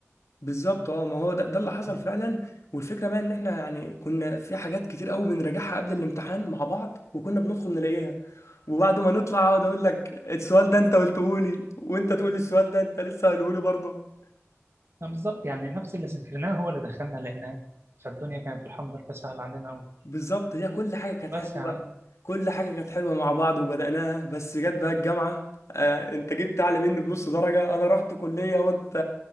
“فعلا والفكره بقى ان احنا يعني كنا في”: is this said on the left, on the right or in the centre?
Left